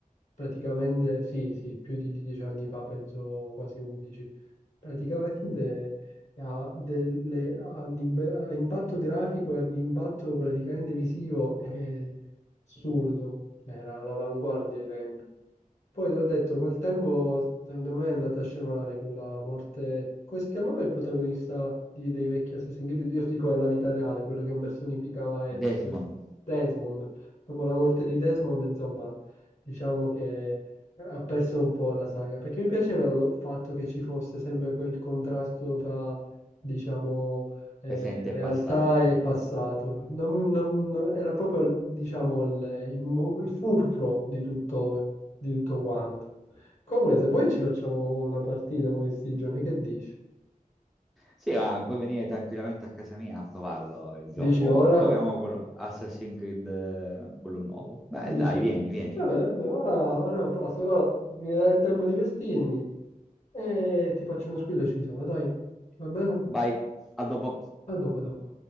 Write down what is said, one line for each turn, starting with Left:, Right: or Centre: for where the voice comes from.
Left: praticamente sì, sì, più di dieci anni fa, penso quasi undici. Praticamente ha delle- ha l'imbe- ha impatto grafico e l'impatto praticamente visivo è assurdo, era all'avanguardia ai tempi. Poi l'ho detto, col tempo secondo me è andata a scemare con la morte. Come si chiamava il protagonista di- dei vecchi Assassin's Creed? Io dico alla vita reale, quello che impersonificava Ezio,
Centre: Desmond,
Left: Desmond. Dopo la morte di Desmond, insomma, diciamo che ha perso un po' la saga. Perché mi piaceva il fatto che ci fosse sempre quel contrasto fra, diciamo, eh,
Centre: presente
Left: realtà
Centre: e passato.
Left: e passato. Non- non- non- era proprio, diciamo, il, il mo- il fulcro di tutto di tutto quanto. Comunque, se poi ci facciamo una partita con questi giorni, che dici?
Centre: Sì, ma puoi venire tranquillamente a casa mia a provarlo il gioco.
Left: Dici ora?
Centre: Proviamo quello, Assassin's Creed, eh, quello nuovo. Beh,
Left: Dici,
Centre: dai, vieni, vieni.
Left: vabbè, vabbè, ora, ora posso, ora mi dai il tempo di vestirmi e ti faccio uno squillo e ci sono, dai, va bene?
Centre: Vai, a dopo.
Left: A dopo, a dopo.